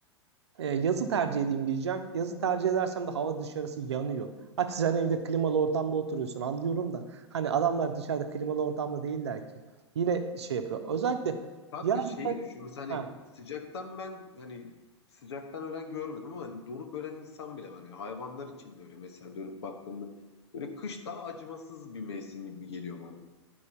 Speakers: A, on the right; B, on the left.
A: e, yazı tercih edeyim diyeceğim. Yazı tercih edersem de hava dışarısı yanıyor. Hadi sen evde klimalı ortamda oturuyorsun anlıyorum da. Hani adamlar dışarıda klimalı ortamda değiller ki. Yine şey yapıyor. Özellikle
B: Kanka
A: yazda
B: şeyi düşün. Mesela hani
A: Heh.
B: sıcaktan ben hani sıcaktan ölen görmedim ama hani donup ölen insan bile var. ya hayvanlar için de öyle mesela dönüp baktığında. Böyle kış daha acımasız bir mevsim gibi geliyor bana.